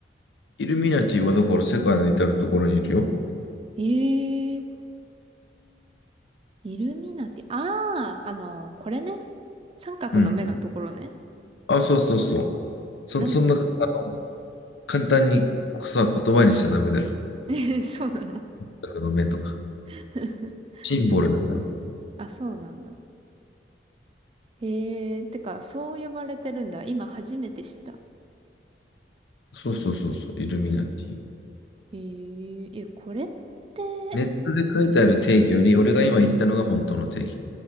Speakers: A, on the left; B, on the right.
A: イルミナティはだから世界の至るところにいるよ。
B: ええイルミナティ。ああ、あの、これね。三角の目のところね。
A: うん。あ、そうそうそう。そ、
B: なん
A: そんな、あの、簡単にさ、言葉にしちゃダメだよ。
B: <laughs>、そうなの
A: 僕の目とか。
B: <laughs>
A: シンボルだから。
B: そう。あ、そうなんだ。ええてか、そう呼ばれてるんだ。今初めて知った。
A: そうそうそうそう。イルミナティ。
B: えええ、これって、
A: ネットで書いてある定義より、俺が今言ったのが本当の定義。